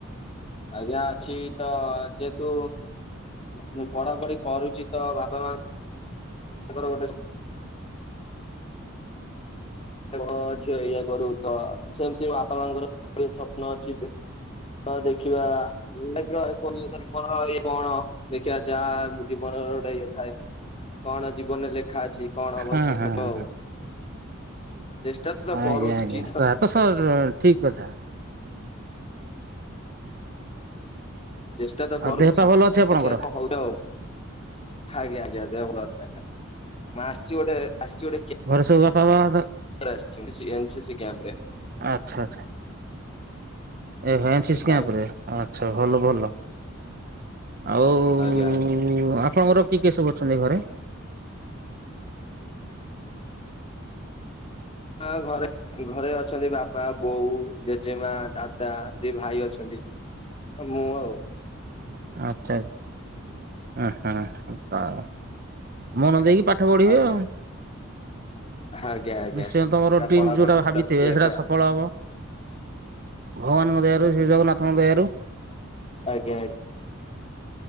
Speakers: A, on the left; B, on the right.
A: ଆଜ୍ଞା ଅଛି ତ ଯେହେତୁ ମୁଁ ପଢାପଢି କରୁଚି ତ ବାପା ମା ଙ୍କର ଗୋଟେ ତାଙ୍କ ଝିଅ ଏଇଆ କରୁ ତ ସେମିତି ବାପା ମାଙ୍କର ସ୍ୱପ୍ନ ଅଛି ତ ଦେଖିବା <unintelligible> ଇଏ କଣ ଦେଖିବା ଯାହା ଜୀବନର ଗୋଟେ ଇଏ ଥାଏ। କଣ ଜୀବନରେ ଲେଖା ଅଛି କଣ ହବ
B: ହଁ
A: ଦେଖାଯିବ
B: ହଁ
A: ଆଉ। ଚେଷ୍ଟା ତ
B: ଆଜ୍ଞା
A: କରୁଛି
B: ଆଜ୍ଞା ତ ତ ସ ଠିକ କଥା।
A: ଚେଷ୍ଟା ତ
B: ଆଉ
A: କରୁଚି
B: ଦେହ ପା ଭଲ ଅଛି ଆପଣଙ୍କର?
A: ଦେଖିଆ କଁ ହଉଚି ଆଉ। ଆଜ୍ଞା ଆଜ୍ଞା ଦେହ ଭଲ ଅଛି ଆଜ୍ଞା, ମୁ ଆସିଛି ଗୋଟେ ଆସିଛି ଗୋଟେ କେ
B: ଘରେ ସବୁ ବାପା ମାଆ <unintelligible>
A: <inaudible> ଆସିଚି ମୁଁ ସିସି ଏନସିସି କ୍ୟାମ୍ପରେ।
B: ଆଚ୍ଛା ଆଚ୍ଛା ଏ ହେଷଏନସିସି କ୍ୟାମ୍ପରେ
A: ଆଜ୍ଞା
B: ଆଚ୍ଛା ଭଲ ଭଲ, ଆଉ
A: ଆଜ୍ଞା, ଆଜ୍ଞା।
B: ଉ, ଆପଣଙ୍କର କିଏ କିଏ ସବୁ ଅଛନ୍ତି ଘରେ?
A: ହଁ ଘରେ ଘରେ ଅଛନ୍ତି ବାପା, ବୋଉ, ଜେଜେମା ଦାଦା, ଦି ଭାଇ ଅଛନ୍ତି। ଅ, ମୁୁଁ ଆଉ।
B: ଆଚ୍ଛା ଓ, ହଁ <inaudible> ମନ ଦେଇକି ପାଠ ପଢିବେ
A: ଆଜ୍ଞା
B: ଆଉ।
A: ଆଜ୍ଞା ଆଜ୍ଞା।
B: ନିଶ୍ଚୟ ତୋମର
A: ଆଜ୍ଞା
B: ଡ୍ରିମ୍
A: ପଢାପଢି
B: ଯୋଉଟା
A: ତ
B: ଭାବିଥିବେ
A: ଚାଲିଛି ଆଜ୍ଞା
B: ସେଟା ସଫଳ ହବ। ଭଗବାନଙ୍କ ଦୟାରୁ, ଶ୍ରୀ ଜଗନ୍ନାଥଙ୍କ ଦୟାରୁ।
A: ଆଜ୍ଞା ଆ <inaudible>